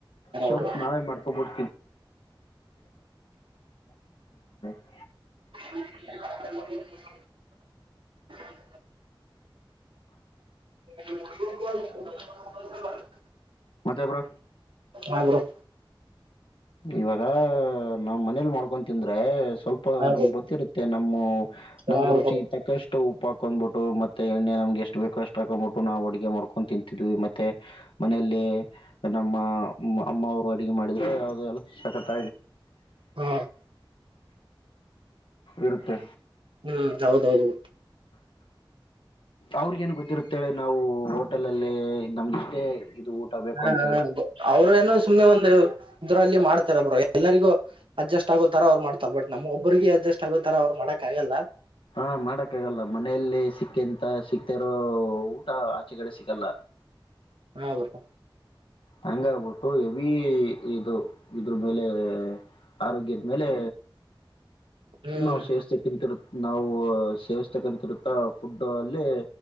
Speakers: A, on the left; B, on the right.
A: ಸ್ವಲ್ಪ
B: ಬ್ರೋ
A: ನಾವೇ ಮಾಡ್ತವಿ <unintelligible>
B: <inaudible> <inaudible>
A: ಮತ್ತೆ ಬ್ರೋ.
B: ಹಾಬ್ರೋ.
A: ಇವಾಗ ನಾವ್ ಮನೇಲಿ ಮಾಡ್ಕೊಂಡ್ ಮಾಡ್ತಿದ್ದೆ ತಿಂದ್ರೆ ಸ್ವಲ್ಪ
B: ಹಾ
A: ನಮ್ಗೆ
B: ಬ್ರೋ
A: ಗೊತ್ತಿರುತ್ತೆ ನಮ್ಮ ನಮ್ಗೆ
B: ಹಾ
A: ರುಚಿ.
B: ಬ್ರೋ
A: ತಕ್ಕಷ್ಟು ಉಪ್ಪುಹಾಕೊಂಡ್ಬಿಟ್ಟು ಮತ್ತೆ ಎಣ್ಣೆ ನಮ್ಗೆ ಎಷ್ಟು ಬೇಕೋ ಅಷ್ಟ ಹಾಕೊಂಡ್ಂಬಿಟ್ಟು ನಾವು ಅಡುಗೆ ಮಾಡ್ಕೊಂಡು ತಿಂತಿದ್ವಿ ಮತ್ತೆ. ಮನೆ ಅಲ್ಲಿ ನಮ್ಮ ಅಮ್ಮ ಅವರು ಅಡುಗೆ ಮಾಡಿ <unintelligible> ಸಖತ
B: ಹಾ
A: ಇರುತ್ತೆ.
B: ಹ್ಮ್ ಹೌದೌದು.
A: ಅವ್ರಿಗ ಏನ್ ಗೊತ್ತಿರುತ್ತೆೇಳಿ ನಾವು ಹೋಟೆಲ್ ಅಲ್ಲಿ ನಮ್ಗೆಷ್ಟೇ ಇದು. ಬೇಕು
B: ಹಾ
A: ಅಂತೇಳಿ
B: ಅವರು ಏನೋ ಸುಮ್ನೆ ಒಂದು ಇದ್ರಲ್ಲಿ ಮಾಡ್ತಾರ ಬ್ರೋ ಎಲ್ಲರಿಗೂ. ಅಡ್ಜಸ್ಟ್ ಆಗೋತರ ಅವ್ ಮಾಡ್ತಾರೆ ಬಟ್ ನಮ್ ಒಬ್ಬರಿಗೆ ಅಡ್ಜಸ್ಟ್ ಆಗೋತರ ಅವ್ ಮಾಡಕ್ ಆಗಲ್ಲ.
A: ಹಾ ಮಾಡಕ್ಕ ಆಗಲ್ಲ ಮನೆಯಲ್ಲಿ ಸಿಕ್ಕಿಂತ ಸಿಕ್ತಿರೋ ಊಟ ಆಚೆ ಕಡೆ ಸಿಗಲ್ಲ.
B: ಹಾ ಬ್ರೋ.
A: ಹಂಗ ಆಬಿಟ್ಟು ಎವಿ ಇದು ಇದ್ರ ಮೇಲೆ ಆರೋಗ್ಯದ ಮೇಲೆ.
B: ಹ್ಮ್
A: ನಾವು ಸೇವಿಸ್ತಕ್ಕಿಂತಿರು ನಾವು ಸೇವಿಸತಕ್ಕಂತಿರುತ್ತ. ಫುಡ್ ಅಲ್ಲಿ